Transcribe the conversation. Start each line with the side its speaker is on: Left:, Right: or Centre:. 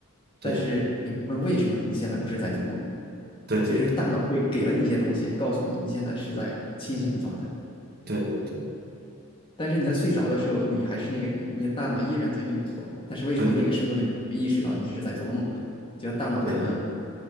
Left: 但是你会问为什么你现在不是在做梦，
Right: 对对对对对
Left: 就是大脑会给了你一些东西，告诉你你现在是在清醒的状态。
Right: 对对
Left: 但是你在睡着的时候，你还是那个你，你的大脑依然在运作。但是为什么那个时候呢？
Right: 对对
Left: 你不意识到你是在做梦，就大脑可能
Right: 对